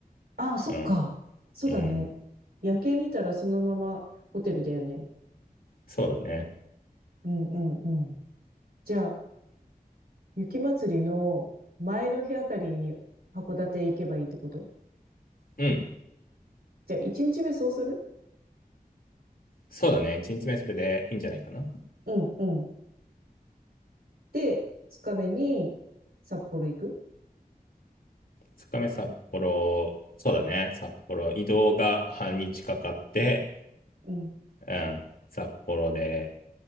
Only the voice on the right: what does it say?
ああ、そっか。
そうだね。
夜景見たらそのままホテルだよね。
うんうんうん。じゃあ、雪祭りの前の日あたりに函館行けばいいってこと
じゃあ、一日目そうする
うんうん。で、二日目に札幌行く
うん。